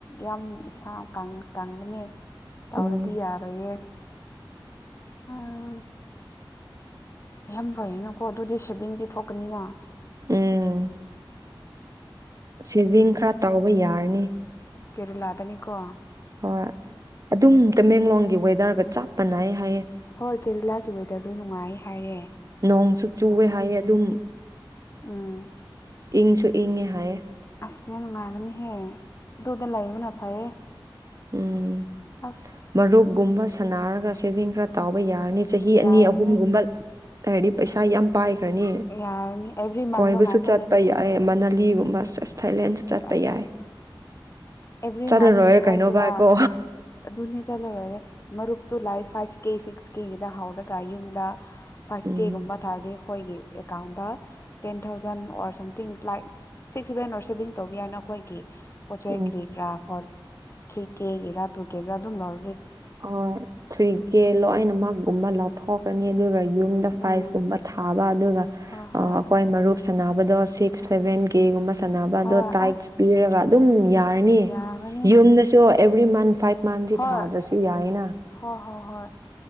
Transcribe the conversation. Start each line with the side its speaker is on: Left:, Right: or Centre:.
Left: ꯌꯥꯝ ꯏꯁꯥ ꯀꯪꯕꯅꯦ ꯇꯧꯔꯗꯤ
Right: ꯎꯝ
Left: ꯌꯥꯔꯣꯏꯌꯦ ꯑꯥ ꯌꯥꯝ ꯐꯩꯌꯦꯅꯀꯣ ꯑꯗꯨꯗꯤ ꯁꯦꯚꯤꯡꯗꯤ ꯊꯣꯛꯀꯅꯤꯅ
Right: ꯎꯝ ꯁꯦꯚꯤꯡ ꯈꯔ ꯇꯥꯎꯕ ꯌꯥꯔꯅꯤ
Left: ꯀꯦꯔꯦꯂꯥꯗꯅꯤꯀꯣ
Right: ꯍꯣꯏ ꯑꯗꯨꯝ ꯇꯃꯦꯡꯂꯣꯡꯒꯤ ꯋꯦꯗꯔꯒ ꯆꯞ ꯃꯥꯟꯅꯩ ꯍꯥꯏꯌꯦ
Left: ꯍꯣꯏ ꯀꯦꯔꯂꯥꯒꯤ ꯋꯦꯗꯔꯗꯨ ꯅꯨꯡꯉꯥꯏ ꯍꯥꯏꯌꯦ
Right: ꯅꯣꯡꯁꯨ ꯆꯨꯋꯦ
Left: ꯄꯨꯡ
Right: ꯍꯥꯏꯌꯦ ꯑꯗꯨꯝ
Left: ꯎꯝ
Right: ꯏꯪꯁꯨ ꯏꯪꯉꯦ ꯍꯥꯏꯌꯦ
Left: ꯑꯁ ꯅꯪ ꯅꯨꯡꯉꯥꯏꯔꯝꯒꯅꯤꯍꯦ ꯑꯗꯨꯗ ꯂꯩꯕꯅ ꯐꯩꯌꯦ
Right: ꯎꯝ
Left: ꯑꯁ
Right: ꯃꯥꯔꯨꯞ ꯒꯨꯝꯕꯁꯨ ꯁꯥꯟꯅꯔꯒ ꯁꯦꯚꯤꯡ ꯈꯔ ꯇꯧꯕ ꯌꯥꯏ ꯌꯥꯔꯅꯤ ꯆꯍꯤ ꯑꯅꯤ
Left: ꯌꯥꯔꯅꯤ
Right: ꯑꯍꯨꯝꯒꯨꯝꯕ ꯍꯥꯏꯗꯤ ꯄꯩꯁꯥ ꯌꯥꯝ ꯄꯥꯏ ꯈ꯭ꯔꯅꯤ
Left: ꯌꯥꯔꯅꯤ ꯑꯦꯕ꯭ꯔꯤ
Right: ꯀꯣꯏꯕꯁꯨ
Left: ꯃꯟꯗꯣ ꯉꯥꯏꯈꯣꯅꯦ
Right: ꯆꯠꯄ ꯌꯥꯏ ꯃꯅꯥꯂꯤꯒꯨꯝꯕ ꯁꯦꯁ ꯊꯥꯏꯂꯦꯟꯁꯨ ꯆꯠꯄ
Left: ꯑꯁ
Right: ꯌꯥꯏ
Left: ꯑꯦꯕ꯭ꯔꯤ
Right: ꯆꯠꯂ
Left: ꯃꯟ
Right: ꯂꯣꯏꯔꯦ
Left: ꯀ꯭ꯔꯤ
Right: ꯀꯩꯩꯅꯣ
Left: ꯍꯥꯏꯁꯤꯔꯥ
Right: ꯚꯥꯏꯀꯣ
Left: ꯑꯗꯨꯅꯦ ꯆꯠꯂꯔꯣꯏꯔꯦ ꯃꯔꯨꯞꯇꯨ ꯂꯥꯏ ꯐꯥꯏꯚ ꯀꯤ ꯁꯤꯛꯁ ꯀꯤꯗ ꯍꯧꯔꯒ ꯌꯨꯝꯗ ꯐꯥꯏꯚ
Right: ꯎꯝ
Left: ꯗꯦꯒꯨꯝꯕ ꯇꯥꯔ ꯗꯤ ꯑꯩꯈꯣꯏꯒꯤ ꯗ ten thousand or something like six seven or saving ꯇꯧꯕ ꯌꯥꯏꯅ ꯑꯩꯈꯣꯏꯒꯤ ꯄꯣꯠꯆꯩ
Right: ꯎꯝ
Left: ꯀ꯭ꯔꯤ ꯀ꯭ꯔꯥ ꯐꯣꯟ ꯊ꯭ꯔꯤ ꯀꯦꯒꯤꯔꯥ ꯇꯨ ꯀꯦꯒꯤꯔ ꯑꯗꯨꯝ ꯂꯧ
Right: ꯍ ꯊ꯭ꯔꯤ ꯀꯦ ꯂꯣꯏꯅꯃꯛꯒꯨꯝꯕ ꯂꯧꯊꯣꯛꯀꯅꯤ ꯑꯗꯨꯒ ꯌꯨꯝꯗ ꯐꯥꯏꯚ
Left: ꯎꯝ
Right: ꯀꯨꯝꯕ ꯊꯥꯕ ꯗꯨꯒ
Left: ꯍꯣꯏ ꯍꯣꯏ
Right: ꯑꯩꯈꯣꯏꯅ ꯃꯔꯨꯞꯁ ꯁꯥꯟꯅꯕꯗꯣ ꯁꯤꯛꯁ ꯁꯦꯚꯦꯟ ꯀꯦꯒꯨꯝꯕ ꯁꯅꯕ
Left: ꯍꯣꯏ
Right: ꯗꯣ ꯇꯥꯏꯇꯁ
Left: ꯑꯁ
Right: ꯄꯤꯔꯒ ꯑꯗꯨꯝ ꯌꯥꯔꯅꯤ
Left: ꯌꯥꯒꯅꯤ
Right: ꯌꯨꯝꯗꯁꯨ ꯊ꯭ꯔꯤ ꯃꯟ ꯐꯥꯏꯚ ꯃꯟꯗꯤ
Left: ꯍꯣꯏ
Right: ꯊꯥꯗ꯭ꯔꯁꯨ ꯌꯥꯏꯅ
Left: ꯍꯣꯏ ꯍꯣꯏ ꯍꯣꯏ